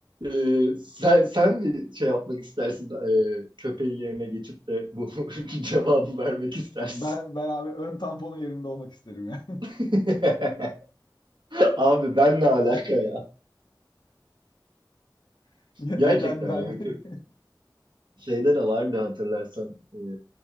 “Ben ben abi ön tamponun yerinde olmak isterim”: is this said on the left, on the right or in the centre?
Left